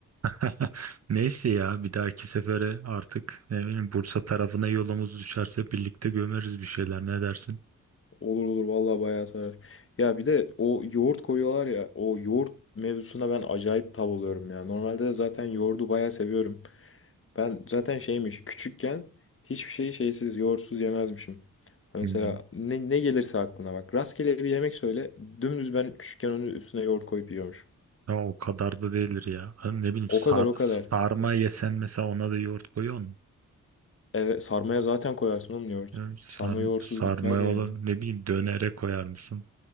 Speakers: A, on the right (about 50°); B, on the left (about 40°).
A: <laughs> Neyse ya bir dahaki sefere artık ne bileyim Bursa tarafına yolumuz düşerse birlikte gömeriz bir şeyler ne dersin?
B: Olur olur vallahi bayağı sarar. Ya bir de o yoğurt koyuyorlar ya o yoğurt mevzusuna ben acayip tav oluyorum ya. Normalde de zaten yoğurdu bayağı seviyorum. Ben zaten şeymiş küçükken hiçbir şeyi şeysiz yoğurtsuz yemezmişim. Hani
A: Hmm.
B: Mesela ne, ne gelirse aklına bak. Rastgele bir yemek söyle dümdüz ben küçükken onun üstüne yoğurt koyup yiyormuşum.
A: Ya o kadar da değildir ya. Hani ne bileyim
B: O
A: sar,
B: kadar o kadar.
A: sarma yesen mesela ona da yoğurt koyuyor musun?
B: Evet sarmaya zaten koyarsın oğlum yoğurt.
A: Ya Sar,
B: Sarma yoğurtsuz
A: sarma
B: gitmez
A: olur
B: yani.
A: ne bileyim dönere koyar mısın?